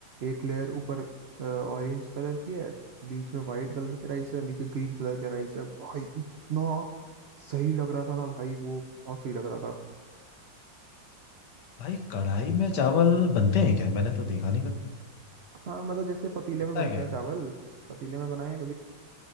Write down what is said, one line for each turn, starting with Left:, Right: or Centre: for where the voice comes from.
Right: एक लेयर ऊपर ऑरेंज कलर की है बीच में वाइट कलर के राइस है नीचे ग्रीन कलर के राइस है भाई इतना सही लग रहा था ना भाई वो बहुत सही लग रहा था
Left: भाई कढ़ाई में चावल बनते हैं क्या मैंने तो देखा नहीं कभी यार
Right: हाँ मतलब जैसे पतीले
Left: होता
Right: में बनते
Left: है क्या
Right: हैं चावल पतीले में बनाए हैं